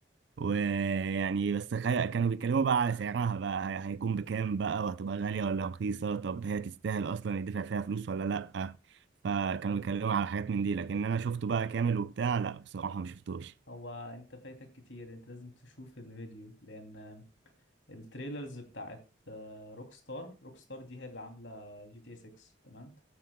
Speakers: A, on the right; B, on the left.
A: ويعني بس خي... كانوا بيتكلموا بقى على سعرها بقى هي- هيكون بكام بقى وهتبقى غالية ولا رخيصة طب هي تستاهل اصلا يدفع فيها فلوس ولا لأ فكانوا بيتكلموا على حاجات من دي لكن انا شفته بقى كامل وبتاع لا بصراحة ما شفتوش
B: هو أنت فايتك كتير أنت لازم تشوف الفيديو لأن التريلرز بتاعت روك ستار روك ستار دي هي اللي عاملة جي تي 6 تمام